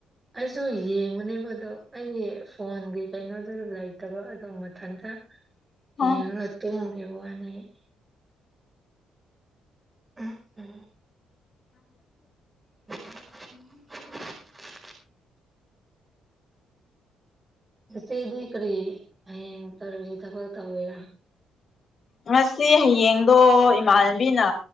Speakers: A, on the right; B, on the left.
A: ꯑꯩꯁꯨ ꯌꯦꯡꯕꯅꯦꯕꯗꯣ ꯑꯩꯒꯤ ꯐꯣꯟꯒꯤ ꯀꯩꯅꯣꯗꯨ ꯂꯩꯇꯕ ꯑꯗꯣ ꯃꯊꯟꯇ ꯌꯦꯉꯒ
B: ꯑ
A: ꯇꯨꯝꯒꯤꯕ ꯋꯥꯅꯦꯑꯩ
B: <unintelligible>
A: ꯑꯩ <unintelligible> ꯆꯦꯆꯦꯗꯤ ꯀꯔꯤ ꯍꯌꯦꯡ ꯇꯧꯔꯗꯤ ꯊꯕꯛ ꯇꯧꯋꯤꯔ
B: ꯉꯁꯤ ꯍꯌꯦꯡꯗꯣ ꯏꯃꯥꯟꯅꯕꯤꯅ